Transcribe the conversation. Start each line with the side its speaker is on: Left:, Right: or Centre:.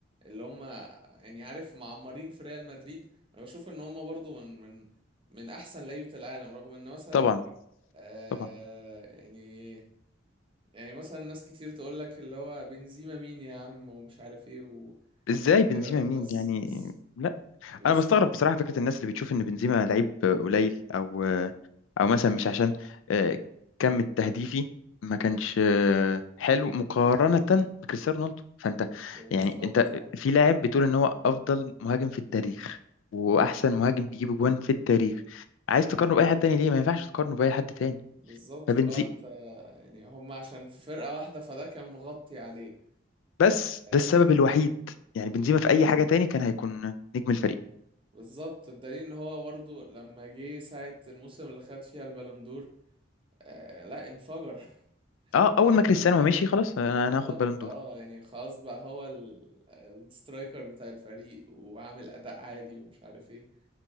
Right: اللي هم يعني عارف معمرين في ريال مدريد انا بشوف ان هم برضو من من من احسن لعيبة العالم رغم ان مثلا
Left: طبعا
Right: آه
Left: طبعا
Right: يعني يعني مثلا ناس كتير تقول لك اللي هو بنزيما مين يا عم ومش عارف ايه و
Left: ازاي
Right: وكده
Left: بنزيما
Right: بس
Left: مين يعني
Right: بس
Left: لا
Right: بس
Left: انا بستغرب بصراحه فكره الناس اللي بتشوف ان بنزيما لعيب قليل او او مثلا مش عشان آه، كم التهديفي ما كانش آه، حلو مقارنه بكريستيانو رونالدو فانت
Right: بالظبط
Left: يعني انت
Right: آه.
Left: في لاعب بتقول ان هو افضل مهاجم في التاريخ واحسن مهاجم بيجيب جوان في التاريخ عايز تقارنه باي حد تاني ليه ما ينفعش تقارنه باي حد تاني
Right: بالظبط
Left: فبنزي
Right: اللي هو انت يعني هم عشان في فرقة واحدة فده كان مغطي عليه
Left: بس
Right: آه،
Left: ده السبب الوحيد يعني بنزيما
Right: ب-
Left: في اي حاجه تاني كان هيكون نجم الفريق
Right: بالظبط بدليل ان هو برضه لما جه ساعة الموسم اللي خد فيها البالوندور آه لا انفجر <laughs>
Left: اه اول
Right: يعني
Left: ما كريستيانو مشي خلاص انا انا هاخد
Right: بالظبط
Left: بالون
Right: اه
Left: دور
Right: يعني خلاص بقى هو ال- السترايكر بتاع الفريق وعامل اداء عادي ومش عارف ايه